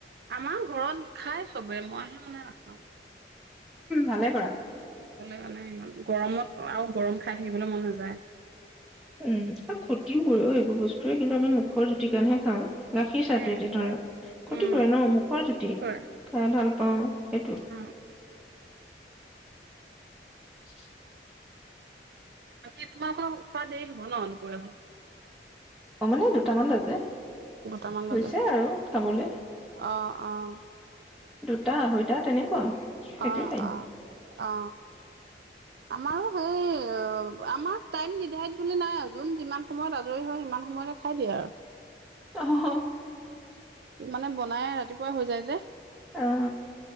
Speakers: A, on the right; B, in the centre.
A: আমাৰ ঘৰত খাই চবে মইহে মানে নাখাওঁ।
B: ভালে কৰা।
A: খাবলে মানে ইমান গৰমত আৰু গৰম খাই থাকিবলৈ মন নাযায়।
B: উম, আৰু ক্ষতিও কৰে অ', এইবোৰ বস্তু তোৱে কিন্তু আমি
A: অ
B: মুখৰ জুতিৰ কাৰণেহে খাওঁ, গাখীৰ
A: তাকে
B: চাহটোৱে এতিয়া ধৰা, ক্ষতি
A: উম
B: কৰে ন মুখৰ জুতি
A: কি কৰে
B: খাই ভাল পাওঁ সেইটো।
A: উম
B: <inaudible>
A: বাকী তোমালোকৰ খোৱা দেৰি হ'ব ন' দুপৰীয়া ভাত?
B: অ', মানে দুটামান বাজে।
A: দুটামান বজাত,
B: হৈছে আৰু খাবলে
A: অ', অ'।
B: দুটা আঢ়ৈটা তেনেকুৱা। সেইটোৱে
A: অ',
B: টাইম
A: অ', অ'। আমাৰো সেই আমাৰ টাইম নিধাৰিত বুলি নাই আৰু যোন যিমান সময়ত আজৰি হয় সিমান সময়তে খাই দিয়ে আৰু।
B: অ'।
A: মানে বনাই ৰাতিপুৱাই হৈ যায় যে।
B: অ